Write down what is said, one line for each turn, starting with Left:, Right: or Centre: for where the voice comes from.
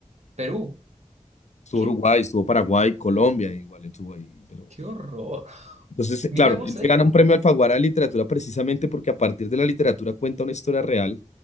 Right: Perú,
Left: estuvo
Right: qué,
Left: Uruguay, estuvo Paraguay, Colombia, igual estuvo ahí. Pero...
Right: qué horror.
Left: Entonces, eh,
Right: Mirá,
Left: claro,
Right: vos
Left: él
Right: sabés
Left: se gana
Right: que...
Left: un premio Alfaguara de literatura precisamente porque a partir de la literatura cuenta una historia real.